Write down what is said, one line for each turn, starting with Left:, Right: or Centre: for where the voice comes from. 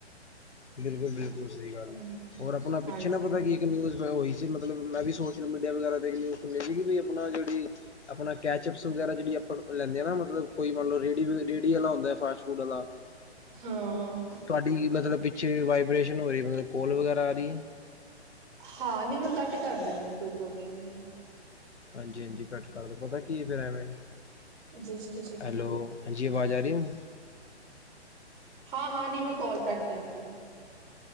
Left: ਬਿਲਕੁਲ ਬਿਲਕੁਲ ਸਈ
Right: ਹੂੰ
Left: ਗੱਲ ਐ ਔਰ ਅਪਣਾ ਪਿੱਛੇ
Right: ਹਾਂਜੀ
Left: ਨਾ ਪਤੈ ਕੀ ਕਿ ਨਿਊਜ਼ ਹੋਈ ਸੀ, ਮਤਲਬ ਮੈਂ ਵੀ ਸੋਸ਼ਲ ਮੀਡੀਆ ਵਗੈਰਾ ਤੇ ਇੱਕ ਨਿਊਜ਼ ਸੁਣੀ ਸੀਗੀ ਕਿ ਅਪਣਾ ਜੇੜੀ ਅਪਣਾ ਕੈਚਅਪਸ ਵਗੈਰਾ ਜੇੜੀ ਅਪਾਂ ਲੈਂਦੇ ਆਂ ਨਾ ਮਤਲਬ ਕੋਈ ਮੰਨ ਲੋ ਰੇਡੀ ਵ ਰੇਡੀ ਆਲਾ ਹੋੰਦੈ ਫਾਸਟ-ਫੂਡ ਆਲਾ
Right: ਹਾਂ
Left: ਤੁਹਾਡੀ ਮਤਲਬ ਕਿ ਚੇ ਵਾਈਬ੍ਰੇਸ਼ਨ ਹੋ ਰੀ ਐ ਮਤਲਬ ਕੋਲ ਵਗੈਰਾ ਆ ਰੀ ਏ?
Right: ਹਾਂ, ਨਈ ਮੈਂ ਕੱਟ ਕਰ ਦੇੰਣੀ ਆਂ ਕੋਈ ਪ੍ਰੋਬਲਮ ਨੀ ਐ।
Left: ਹਾਂਜੀ ਹਾਂਜੀ, ਕੱਟ ਕਰਦੋ ਪਤਾ ਕੀ ਐ ਫੇਰ ਐਵੇਂ
Right: ਜਸਟ ਤੁਸੀਂ ਕਿਹਾ
Left: ਹੈਲੋ, ਹਾਂਜੀ ਆਵਾਜ਼ ਆ ਰੀ ਹੁਣ?
Right: ਹਾਂ ਹਾਂ, ਨੀ ਮੈਂ ਕੋਲ ਕੱਟ ਕਰਤੀ ਐ।